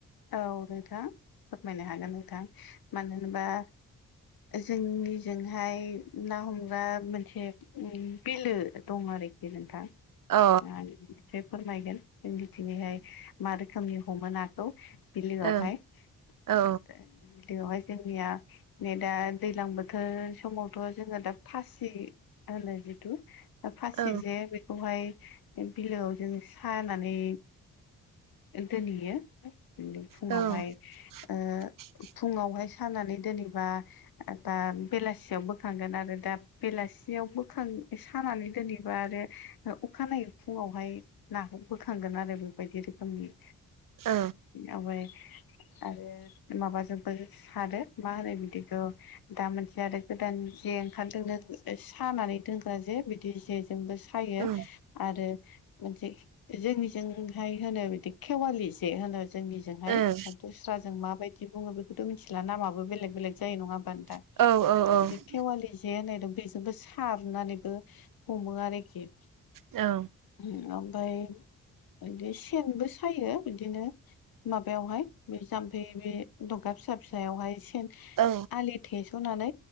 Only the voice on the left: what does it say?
औ नोंथां फोरमायनो हागोन नोंथां मानो होनबा जोंनिजोंहाय ना हमग्रा मोनसे बिलो दं आरोखि नोंथां
आं फोरमायगोन जोंनिथिंहाय मा रोखोमनि हमो नाखौ। बिलोआवहाय
ओ बिलोआवहाय जोंनिया नै दा दैजलां बोथोर समावथ' जोङो दा फासि होनो जिथु फासि
जे बे बेखौहाय बिलोआव जों सानानै दोनहैयो दिनो फुङावहाय
ओ फुङावहाय सानानै दोनैबा दा बेलासियाव बोखांगोन आरो दा बेलासियाव बोखां सानानै दोनैबा आरो अखानायै फुङावहाय नाखौ बोखांगोन आरो बेबायदि रोखोमनि
आवगाय आरो माबाजोंबो सारो मा होनो बिदिखौ दा मोनसे आरो गोदान जे ओंखारदोंनो ओ सानानै दोनग्रा जे। बिदि दि जेजोंबो सायो
आरो मोनसे जोंनिजोंहाय होनो बिदि खेवालि जे होनो जोंनिजोंहाय
बा दस्राजों मा बायदि दि बुङो बेखौथ' मिथिला। नामाबो बेलेग बेलेग जायो नङा होमबा नोंथां?
थेवालि जे होननाय दं बेजोंबो सारनानैबो हमो आरोखि।
ओम ओमफाय इदि सेनबो सायो। बिदिनो माबायावहाय बे जाम्फै बे दगा फिसा फिसायावहाय सेन
आलि थेस'नानै